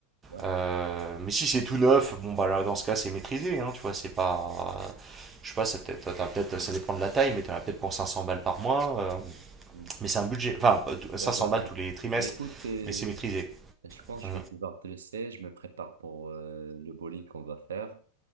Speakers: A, on the right (about 65°); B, on the right (about 20°).
A: ouais.
B: Euh, mais si c'est tout neuf, bon bah là dans ce cas c'est maîtrisé, hein, tu vois, c'est pas. euh, je sais pas, c'est peut-être, t'as peut-être, ça dépend de la taille, mais t'en as peut-être pour 500 balles par mois. euh,
A: Mm.
B: mais c'est un budget, enfin pas tout- 500
A: Ouais, je vois
B: balles
A: bien.
B: tous les trimestres,
A: Mais écoute, euh,
B: mais c'est maîtrisé.
A: je pense
B: Mhm.
A: que je vais devoir te laisser. Je me prépare pour euh, le bowling qu'on va faire.